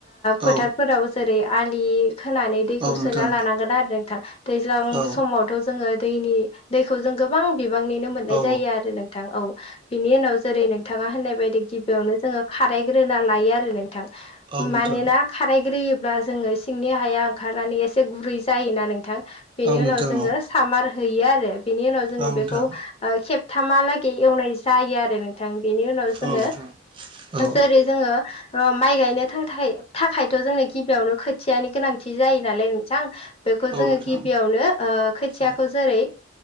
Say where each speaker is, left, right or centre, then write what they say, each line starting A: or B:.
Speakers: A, on the left; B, on the right.
A: फोथारफोराव
B: औ
A: जेरै आलि खोनानै दैखौ
B: औ
A: सोना
B: नोंथां
A: लानांगोन आरो। दैज्लां
B: औ
A: समावथ' जोङो दैनि दैखौ जों गोबां। बिबांनिनो मोननाय
B: औ
A: जायो आरो नोंथां औ। बिनि उनाव जेरै नोंथाङा होननाय बायदि गिबियावनो जोङो खारायग्रोना लायो आरो नोंथां।
B: औ नोंथां
A: मानोना खारायग्रोयो ब्ला जोङो सिंनि हाया ओंखारनानै एसे गुरै जायोना नोंथां बेनि
B: औ
A: उनाव
B: नोंथां
A: जोङो सामार हैयो आरो बिनि उनाव जोङो
B: औ नोंथां
A: बेखौ खेबथामहालागै एवनाय जायो आरो नोंथां। बेनि उनाव जोङो
B: औ नोंथां औ
A: जेरै जोङो। अ माइ गायनो थाखाय थाखायथ' जोंनो गिबियावनो खोथियानि गोनांथि जायो नालाय नोंथां बेखौ
B: औ
A: जोङो
B: नोंथां
A: गिबियावनो खोथियाखौ
B: औ
A: जेरै